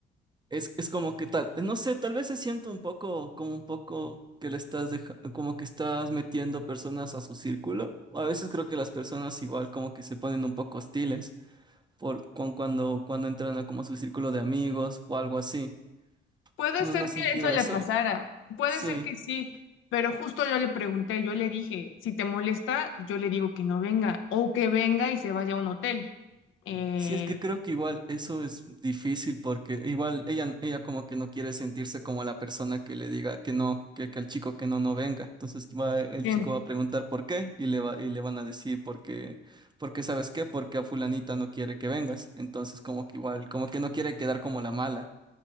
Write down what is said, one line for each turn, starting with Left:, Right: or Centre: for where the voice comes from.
Right: Es, es como que tal, no sé, tal vez se siente un poco, como un poco que le estás deja- como que estás metiendo personas a su círculo. O a veces creo que las personas igual como que se ponen un poco hostiles por con cuando, cuando entran a como a su círculo de amigos o algo así.
Left: puede
Right: ¿No,
Left: ser
Right: no has
Left: que
Right: sentido
Left: eso le
Right: eso?
Left: pasara, puede
Right: Sí.
Left: ser que sí. Pero justo yo le pregunté, yo le dije, si te molesta, yo le digo que no venga o que venga y se vaya a un hotel. Eh,
Right: Sí, es que creo que igual eso es difícil porque igual ella, ella como que no quiere sentirse como la persona que le diga que no, que, que el chico que no, no venga. Entonces va, el
Left: Sí,
Right: chico va a preguntar por qué y le va, y le van a decir porque, porque ¿sabes qué? Porque a fulanita no quiere que vengas. Entonces como que igual, como que no quiere quedar como la mala.